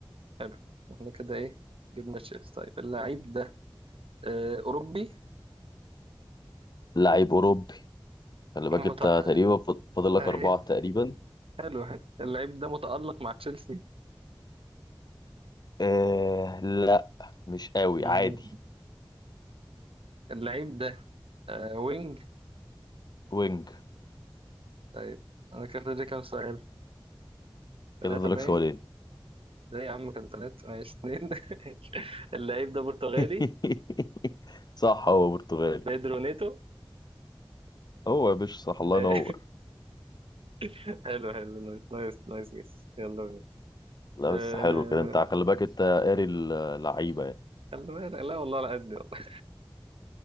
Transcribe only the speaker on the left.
لعيب اوروبي خلي بالك
انت
تقريبا فاضل لك
اربعة تقريبا
آه لا مش قوي
عادي
وينج
كده فاضلك
سؤالين
<laughs> صح هو برتغالي
هو يا باشا صح الله
ينور
لا
بس حلو كده انت خلي بالك انت قاري اللعيبه يعني